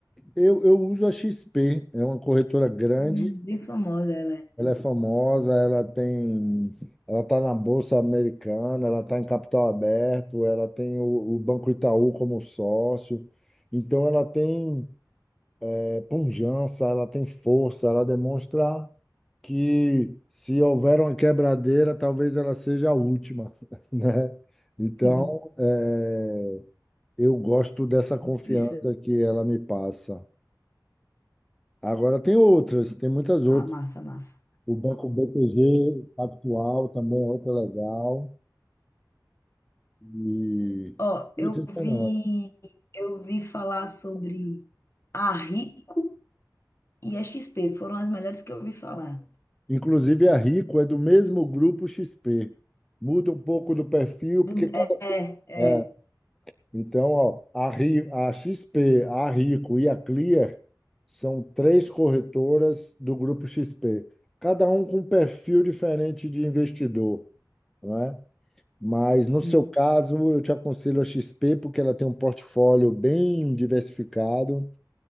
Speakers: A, in the centre; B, on the left (about 40°).
A: Eu, eu uso a XP, é uma corretora grande,
B: Hum, Bem famosa ela
A: ela
B: é, né?
A: é famosa, ela tem, ela está na Bolsa Americana, ela está em capital aberto, ela tem o, o Banco Itaú como sócio. Então ela tem é, pujança, ela tem força, ela demonstra que se houver uma quebradeira, talvez ela seja a última, <laughs> né? Então,
B: <laughs>
A: é, Eu gosto dessa confiança
B: Opção.
A: que ela me passa. Agora tem outras, tem muitas outras.
B: Ah, massa, massa.
A: O Banco BTG Pactual também é outra legal. E
B: Ó, eu
A: outras
B: vi,
A: menores.
B: eu vi falar sobre a Rico e a XP, foram as melhores que eu ouvi falar.
A: Inclusive a Rico é do mesmo grupo XP. Muda um pouco do perfil,
B: Do-
A: porque cada.
B: é, é,
A: É.
B: é.
A: Então, ó, a, Ri- a XP, a Rico e a Clear são três corretoras do grupo XP. Cada um com um perfil diferente de investidor, né? Mas no
B: Hum,
A: seu caso, eu te aconselho a XP porque ela tem um portfólio bem diversificado